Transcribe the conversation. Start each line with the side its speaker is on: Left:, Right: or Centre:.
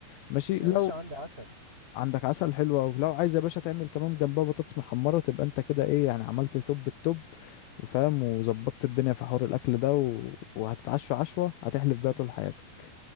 Left: ماشي لو
Right: يا باشا عندي عسل
Left: عندك عسل حلو أوي لو عايز يا باشا تعمل كمان جنبها بطاطس محمره تبقى انت كده ايه يعني عملت توب التوب وفاهم وظبطت الدنيا في حوار الاكل ده و... وهتتعشى عشوه هتحلف بيها طول حياتك